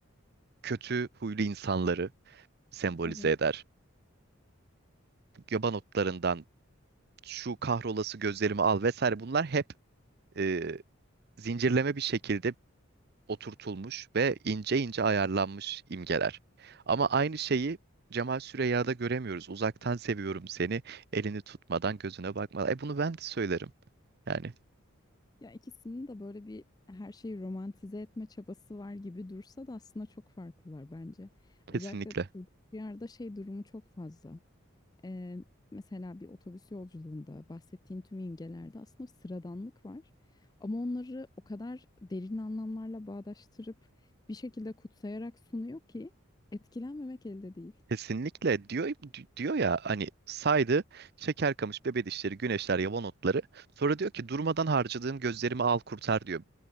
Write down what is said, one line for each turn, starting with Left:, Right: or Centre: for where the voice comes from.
Right: kötü huylu insanları sembolize
Left: Evet.
Right: eder göba notlarından şu kahrolası gözlerimi al vesaire bunlar hep e, zincirleme bir şekilde oturtulmuş ve ince ince ayarlanmış imgeler. Ama aynı şeyi Cemal Süreyya'da göremiyoruz. Uzaktan seviyorum seni, elini tutmadan gözüne bakmadan. E bunu ben de söylerim. Yani
Left: Ya ikisinin de böyle bir her şeyi romantize etme çabası var gibi dursa da aslında çok farklılar bence.
Right: kesinlikle.
Left: Özellikle yerde şey durumu çok fazla. Ee, mesela bir otobüs yolculuğunda bahsettiğin tüm imgelerde aslında sıradanlık var. Ama onları o kadar derin anlamlarla bağdaştırıp bir şekilde kutsayarak sunuyor ki etkilenmemek elde değil.
Right: Kesinlikle diyor di- diyor ya hani saydı şeker kamış bebe dişleri güneşler yava notları sonra diyor ki durmadan harcadığım gözlerimi al kurtar diyor.